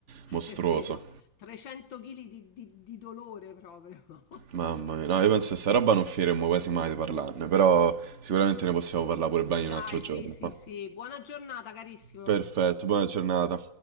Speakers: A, on the right; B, on the left.
A: mostruoso.
B: è vero. 300 chili di di di dolore proprio, no.
A: Mamma mia. No, io penso che sta roba non finiremmo quasi mai di parlarne, però sicuramente ne possiamo parlare pure bene
B: Dai,
A: un altro giorno.
B: sì, sì,
A: ma-
B: sì. Buona giornata carissimo.
A: Perfetto, buona giornata.